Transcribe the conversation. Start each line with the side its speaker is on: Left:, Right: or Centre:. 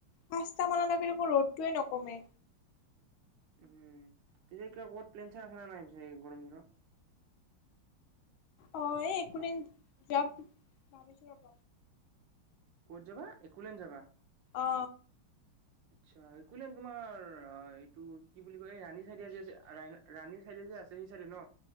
Left: পাঁচট মানৰ আগে মোৰ ৰ'দটোৱে নকমে।
Right: উম পিছে ক ক'ত প্লেন চ খা নাই পিছে গৰম দিনত।
Left: অ এই একোদিন যাম ভাবিছো ৰব।
Right: ক'ত যাবা একোুলন যাবা।
Left: অ।
Right: আচ্ছা কলেন তোমাৰ এইটো কি বুলি কয় এই ৰাণী চাইডে যে আছে ৰা ৰাণী চাইডে যে আছে। সেই চাইডে ন